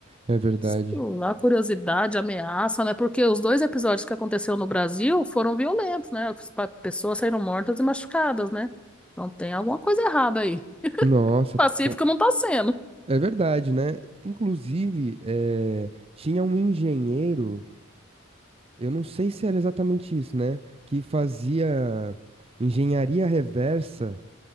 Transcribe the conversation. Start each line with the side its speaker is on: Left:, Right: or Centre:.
Right: é verdade.
Centre: sei lá, curiosidade, ameaça, né? Porque os dois episódios que aconteceu no Brasil foram violentos, né? As pa- Pessoas saíram mortas e machucadas, né? Então tem alguma coisa errada aí.
Right: Nossa,
Centre: <laughs> Pacífico
Right: com-
Centre: não tá sendo.
Right: é verdade, né? Inclusive, eh, tinha um engenheiro, eu não sei se era exatamente isso, né? Que fazia engenharia reversa.